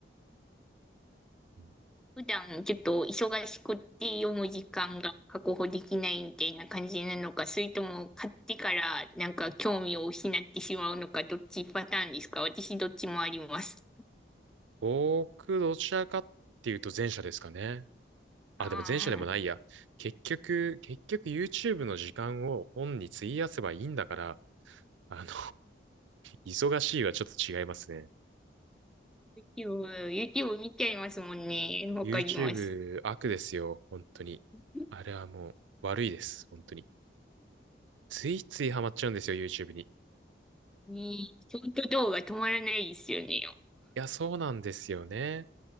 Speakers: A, on the right; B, in the centre.
A: うん
B: 普段ちょっと忙しくって読む時間が確保できないみたいな感じなのか、それとも買ってからなんか興味を失ってしまうのか、どっちパターンですか私どっちもあります。
A: 僕、どちらかっていうと前者ですかね。
B: ああ、
A: あ、でも前者でもないや。結局、結局 YouTube の時間を本に費やせばいいんだから、あの、忙しいはちょっと違いますね。
B: YouTube、YouTube 見ちゃいますもんね。わかります。
A: YouTube 悪ですよ、本当に。
B: <laughs>
A: あれはもう悪いです、本当に。ついついハマっちゃうんですよ、YouTube に。い
B: ねえ、ショート動画止まらないですよね。
A: や、そうなんですよね。